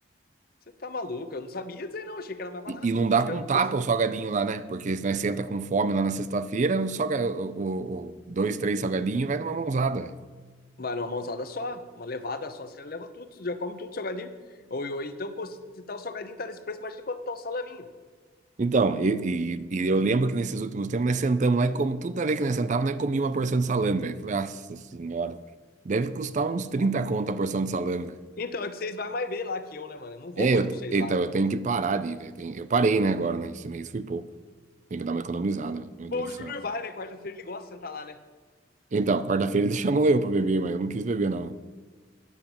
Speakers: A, on the left; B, on the right.
A: Você tá maluco? Eu não sabia dizer, não. Achei que era mais barato.
B: E, e não
A: Achei
B: dá pra
A: que era
B: um
A: um
B: tapa
A: preço.
B: o
A: tipo,
B: salgadinho lá, né? Porque se nós senta com fome lá na sexta-feira, o, salga, o, o- o dois, três salgadinhos vai numa mãozada, velho.
A: Mas numa mãozada só, uma levada só, você leva tudo, você já come tudo, salgadinho. Ou, ou então, se tá o salgadinho, tá nesse preço, imagina quando tá um salaminho.
B: Então, e, e- e eu lembro que nesses últimos tempos nós sentamos lá e como tudo a ver que nós sentávamos, nós comíamos uma porção de salame, velho. Falei, nossa senhora, deve custar uns
A: Hum,
B: 30 conto a porção de salame, velho.
A: Então, é que vocês vai mais ver lá que eu, né, mano? Eu não vou
B: É,
A: muito
B: eu,
A: com vocês
B: eita,
A: lá,
B: eu
A: né?
B: tenho que parar de ir, velho. Tem- Eu parei, né, agora, né? Esse mês foi pouco. Tem que dar uma economizada, velho. meu
A: Bom,
B: Deus
A: o
B: do
A: Júnior
B: céu.
A: vai, né? Quarta-feira ele gosta de sentar lá, né?
B: Então, quarta-feira eles chamam <laughs> eu pra beber, mas eu não quis beber, não.